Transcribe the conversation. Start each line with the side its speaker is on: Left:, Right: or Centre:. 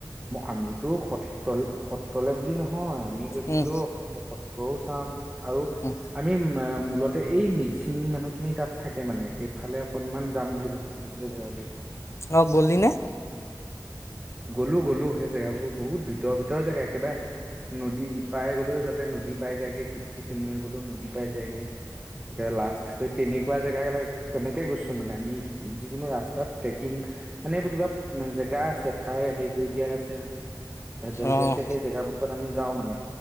Right: আমিতো স লে সত্ৰলে বুলি নহয় আমি গৈছিলো
Left: উম
Right: অকল স টৌচাম আৰু
Left: উম
Right: আমি মা মূলতে এই মিচিং মানুহখিনি তাত থাকে মানে সেইফালে অকনমান যাম বুলি ভাবিছিলো জেগাবোৰ
Left: অ গলি নে
Right: গ'লো গ'লো সেই জেগাবোৰ বহুত ভিতৰ ভিতৰ জেগা একেবাৰে নদী ইপাৰে গ'লেও যাতে নদী পাই যায়গে সি সিমূৰে গ'লেও নদী পাই যায়গে একেবাৰে লাষ্ট হৈ তেনেকুৱা জেগাবিলাক তেনেকে গৈছো মানে আমি যিকোনো ৰাস্তাত ট্ৰেকিং মানে এইবোৰ কিবা জেগা আছে ঠাই হেৰি কৰি দিয়া আছে ধাৰ্য কৰি
Left: অঁ
Right: দিয়া আছে সেই জেগা বুকত আমি যাওঁ মানে